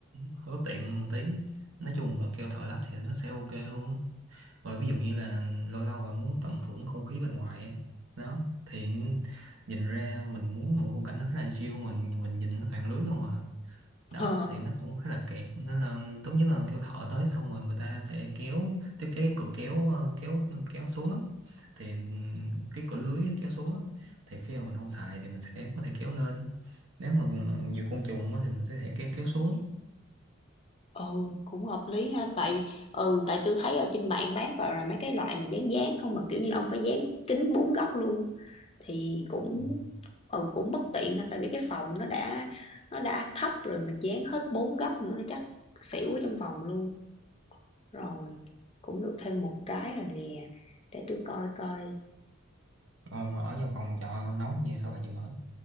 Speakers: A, on the right (about 70°); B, on the left (about 30°).
A: hơi bất tiện một tí nói chung bà kêu thợ lắp thì nó sẽ ok hơn rồi ví dụ như là lâu lâu bà muốn tận hưởng không khí bên ngoài á đó thì nhìn ra mình muốn một khung cảnh nó khá là chill mình mình nhìn nó toàn lưới không à đó
B: Ờ.
A: thì nó cũng khá là kiệt nên là tốt nhất là kêu thợ tới xong rồi người ta sẽ kéo thiết kế cái cửa kéo ờ, kéo kéo xuống á thì ừm, cái cửa lưới kéo xuống á thì khi mà mình không xài thì mình sẽ có thể kéo lên nếu mà ừ, nhiều côn trùng á thì mình sẽ thể kéo kéo xuống
B: ừ cũng hợp lý ha tại ừ tại tôi thấy ở trên mạng bán toàn là mấy cái loại mà dán dán không mà kiểu như ông phải dán kính bốn góc luôn thì cũng
A: Ừ.
B: ừ cũng bất tiện ha tại vì cái phòng nó đã nó đã thấp rồi mà dán hết bốn góc nữa nó chắc xỉu ở trong phòng luôn rồi cũng được thêm một cái rồi nè để tôi coi coi
A: Ờ, mà ở trong phòng trọ nóng như sao bà chịu nổi